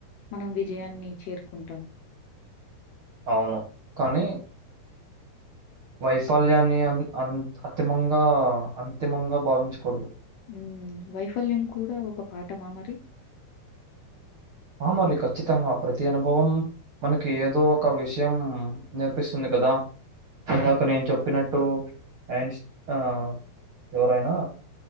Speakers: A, on the left; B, on the right.
A: మనం విజయాన్ని చేరుకుంటాం
B: అవును కానీ వైఫల్యాన్ని అ అ అతిమంగా అంతిమంగా భావించకూడదు
A: ఉ వైఫల్యం కూడా ఒక పాటమా మరి
B: హ మరి ఖచ్చితంగా ప్రతి అనుభవం మనకి ఏదో ఒక విషయం నేర్పిస్తుంది కదా ఇందక నేను చెప్పినట్టు అండ్స్ ఆ ఎవరైనా